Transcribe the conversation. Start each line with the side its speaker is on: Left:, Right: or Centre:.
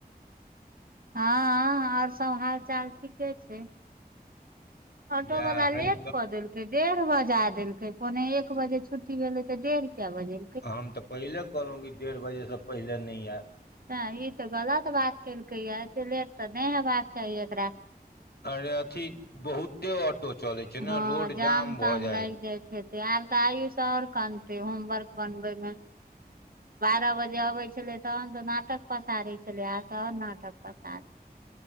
Right: हँ हॅं आऔर सब हाल चाल ठीके छै ऑटो
Left: इएह
Right: वला
Left: हइ
Right: लेट कऽ देलकै डेढ़ बजा देलकै पोने एक बजे छुट्टी भेलै तऽ डेढ़ किया बजे
Left: हम तऽ पहिले कहलहुँ कि डेढ़ बजेसँ पहिले नै एत
Right: ह ई तऽ गलत बात केलकै या ते लेत तऽ नै हेबाक चाही एकरा
Left: अरे अथी बहुते ऑटो चले छै ने
Right: हँ
Left: रोड जाम
Right: ताम
Left: भ जाय
Right: लागि
Left: छै
Right: आब तऽ आयुष आओर कनते होमवर्क बनबे मे बारह बजे जे अबे छले तहन तऽ नाटक पसारै छलै आब त आओर नाटक पसार